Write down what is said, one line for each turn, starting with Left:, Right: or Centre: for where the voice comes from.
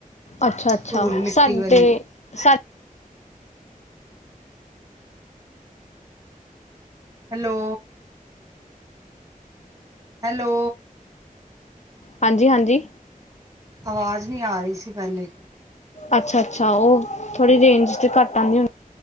Left: ਅੱਛਾ ਅੱਛਾ
Right: ਧੂਲ ਮਿੱਟੀ
Left: ਸਾਡੇ
Right: ਵਾਲੀ
Left: ਸਾ
Right: ਹੈਲੋ। ਹੈਲੋ।
Left: ਹਾਂਜੀ -ਹਾਂਜੀ।
Right: ਆਵਾਜ਼ ਨਹੀ, ਆ ਰਹੀ ਸੀ ਪਹਿਲੇ
Left: ਅੱਛਾ-ਅੱਛਾ ਉਹ ਥੋੜੀ ਰੇਂਜ ਚ ਘੱਟ ਆਉਂਦੀ ਹੁੰਦੀ!